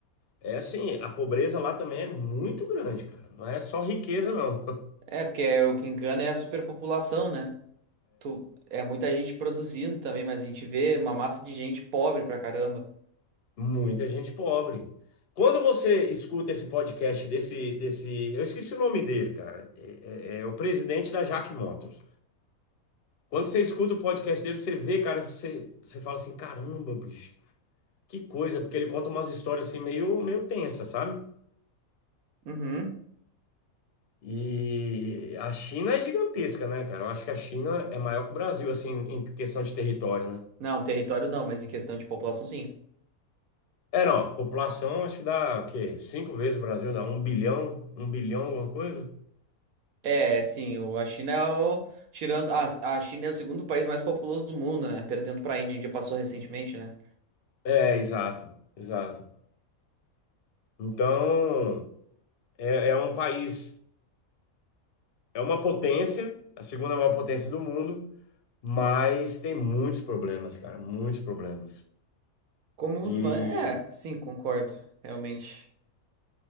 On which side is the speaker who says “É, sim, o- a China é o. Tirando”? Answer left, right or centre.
Right